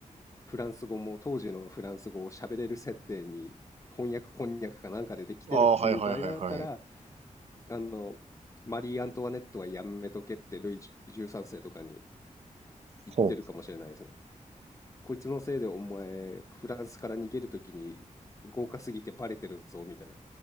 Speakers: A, on the left; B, on the right.
A: フランス語も当時のフランス語を喋れる設定に翻訳こんにゃくかなんかでできてるっていう場合だったら、
B: ああ、はい、はい、はい、はい。
A: あの、マリー・アントワネットはやめとけってルイ13世とかに言ってるかもしれないですね。
B: ほ
A: こいつのせいでお前、フランスから逃げるときに豪華すぎてバレてるぞ、みたいな。